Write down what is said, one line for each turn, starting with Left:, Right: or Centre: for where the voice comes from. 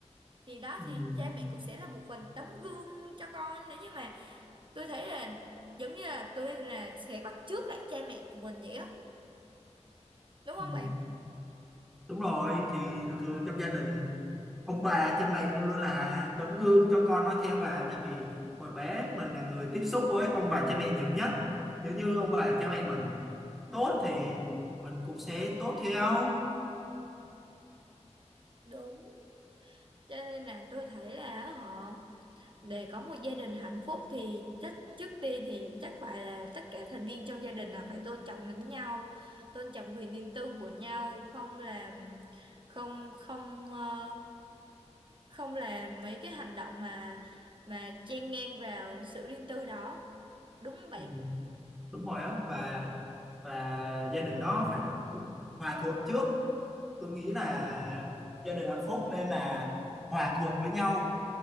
Right: thì đó
Centre: ừ.
Right: thì cha mẹ cũng sẽ là một phần tấm gương cho con nếu như mà tôi thấy là giống như là tôi là sẽ bắt chước lại cha mẹ của mình vậy á đúng
Centre: Ừ.
Right: không bạn?
Centre: đúng rồi thì thường thường trong gia đình ông bà cha mẹ luôn luôn là tấm gương cho con nó theo bà tại vì hồi bé mình là người tiếp xúc với ông bà cha mẹ nhiều nhất nếu như ông bà cha mẹ mình tốt thì mình cũng sẽ tốt theo
Right: Đúng Cho nên là tôi thấy là họ để có một gia đình hạnh phúc thì chắc trước tiên thì chắc phải là tất cả thành viên trong gia đình là phải tôn trọng lẫn nhau, tôn trọng quyền riêng tư của nhau, không làm không không ờ, không làm mấy cái hành động mà mà chen ngang vào sự riêng tư đó. Đúng không bạn?
Centre: Ừ, đúng rồi á và và gia đình đó phải là đúng hòa thuận trước tôi nghĩ là gia đình hạnh phúc nên là hòa thuận với nhau